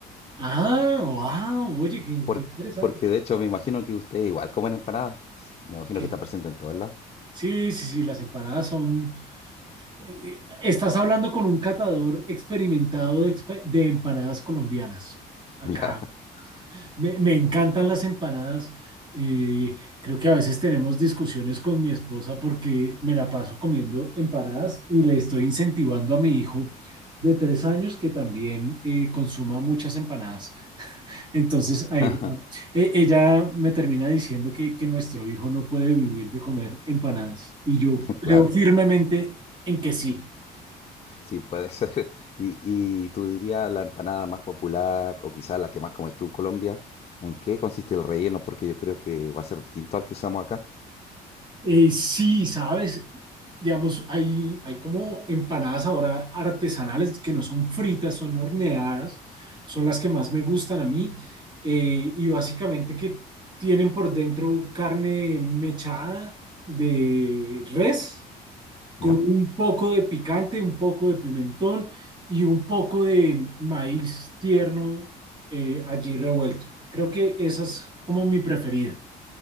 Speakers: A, on the right; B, on the left.
A: Ah, wow, oye, qué,
B: Por-
A: qué interesante.
B: porque de hecho me imagino que ustedes igual comen empanadas. Me imagino
A: Sí,
B: que está presente en todos lados. <laughs>
A: sí, sí, sí, las empanadas son... eh, estás hablando con un catador experimentado de, expe- de empanadas colombianas. Acá.
B: Ya,
A: Me, me encantan las empanadas. eh, creo que a veces tenemos discusiones con mi esposa porque me la paso comiendo empanadas y le estoy incentivando a mi hijo de tres años que también eh, consuma muchas empanadas. Entonces, a ella,
B: <laughs>
A: e- ella me termina diciendo que, que nuestro hijo no puede vivir de comer empanadas. Y yo creo
B: claro,
A: firmemente en que sí.
B: sí puede ser. <laughs> Y, y tú dirías la empanada más popular o quizás la que más comes tú en Colombia, ¿en qué consiste el relleno? Porque yo creo que va a ser distinto al que usamos acá.
A: Eh, sí, sabes, digamos, hay, hay como empanadas ahora artesanales que no son fritas, son horneadas, son las que más me gustan a mí. eh, y básicamente que tienen por dentro carne mechada de res con
B: Ya.
A: un poco de picante, un poco de pimentón y un poco de maíz tierno eh, allí revuelto. Creo que esa es como mi preferida.